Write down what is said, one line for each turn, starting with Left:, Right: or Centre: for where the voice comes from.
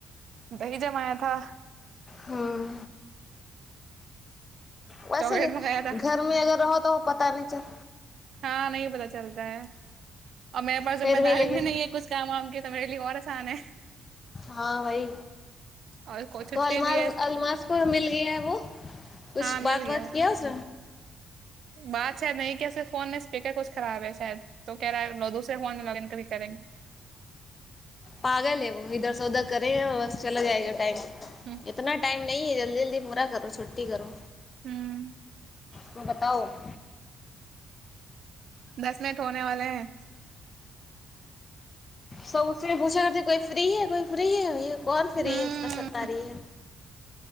Right: دی جمایا تھا
Left: ہوں ویسے
Right: چاکلیٹ منگایا تھا
Left: گھر میں اگر رہو تو پتا نہیں چب
Right: ہاں نہیں پتا چلتا ہے اور میرے پاس ذمہ
Left: پھر
Right: داری
Left: لے کے
Right: بھی نہیں ہے کچھ کام کی تو میرے لیے اور آسان ہے
Left: ہاں بائی
Right: اور کو چھٹی
Left: تو المار
Right: بھی ہے
Left: المس پور مل جی ہے وہ کچھ
Right: ہاں مل
Left: بات
Right: گیا
Left: وات کیا س
Right: بات ہے نہیں کیسے فون پ کیا کچھ خراب ہے شاید تو کہہ رہا ہے ل دوسرے فون میں لاگ ان ک بھی کریں گے
Left: پاگل لےو ادھر سے ادھر کریں گے بس چلا جائے گا ٹائم
Right: ہوں
Left: اتنا ٹائم نہیں جلدی جلدی پورا کرو چھوٹی کرو
Right: ہوں <unintelligible>
Left: تم بتاؤ <unintelligible>
Right: دس منٹ ہونے والے ہیں
Left: سب اس پوچھا کرتے کوئی فری ہے کوئی فری ہے کون فری
Right: ہ
Left: ہے ستتا رہ ہے